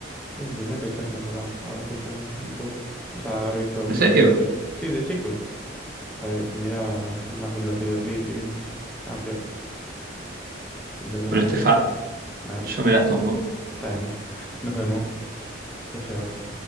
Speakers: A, in the centre; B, on the right.
A: De Michael Jackson, capaz. Habré escuchado un poco. O sea, haber visto
B: ¿En
A: más
B: serio?
A: videoclips. Sí, de chico. A ver, mira más los videoclips y qué sé yo. Estaban piola. Me entretenía
B: Bueno, Estefa,
A: con eso. Bueno,
B: yo me las tomo.
A: está bien. Nos vemos. Chau, chau.